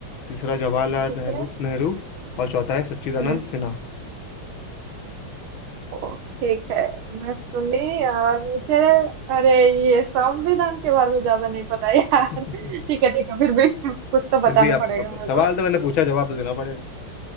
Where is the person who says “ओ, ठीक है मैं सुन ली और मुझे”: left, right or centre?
Right